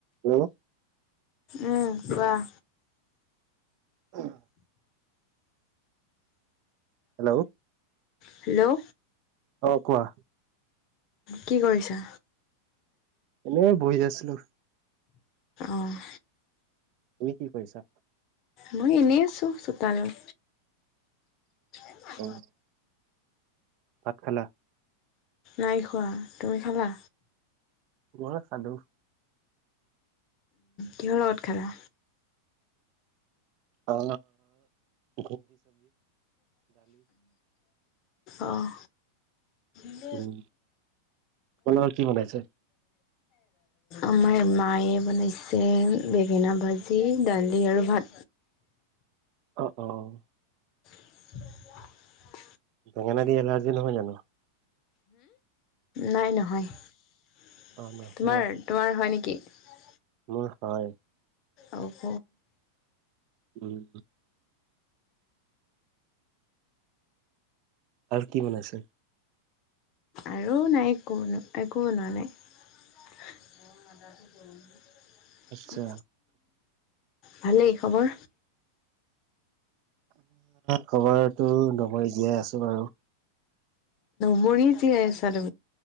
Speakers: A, on the right; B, on the left.
A: Hello
B: উম। ৱাহ।
A: অ' হেল্ল'
B: হেল্ল'
A: অ' কোৱা
B: কি কৰিছা?
A: এনে বহি আছিলো
B: অ'
A: তুমি কি কৈছা?
B: মই এনেই আছো চোতালৰত। মান
A: উম ভাত খালা
B: নাই খোৱা তুমি খালা?
A: মই খালো
B: কিহ ৰত খা!
A: আ ন
B: অ' ত ম
A: উম তোমালোকৰ কি বনাইছে
B: আমাৰ মায়ে বনাইছে বেঙেনা ভাজি দালি আৰু ভাত
A: অ অ'
B: দ
A: বেঙেনা দিয় এলাৰ্জিহ গান
B: নাই নহয় তোমাৰ
A: অ নহয়
B: তোমাৰ হয় নেকি? অ'
A: মোৰ হয়।
B: আব
A: উম। আৰু কি মানাই আছে।
B: আৰু নাই একো একো নোৱা নাই। অ' আদটো গ
A: আচ্ছা
B: ভালেই খবৰ।
A: খবৰো নমই জীয়াই আছো বাৰু
B: নৰিতিাইছাৰি